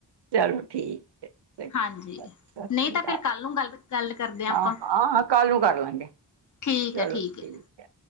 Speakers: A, on the right; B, on the left.
A: ਚਲੋ ਠੀਕ ਐ ਸਤਿ
B: ਹਾਂਜੀ ਨਹੀਂ
A: ਸ੍ਰੀ
B: ਤਾਂ
A: ਅਕਾਲ
B: ਫਿਰ ਕੱਲ ਨੂੰ ਗੱਲ ਗੱਲ ਕਰਦੇ
A: ਹਾਂ
B: ਆਪਾਂ
A: ਹਾਂ ਕੱਲ ਨੂੰ ਕਰ ਲਾਂਗੇ
B: ਠੀਕ
A: ਚਲੋ
B: ਹੈ
A: ਠੀਕ
B: ਹੈ
A: ਐ।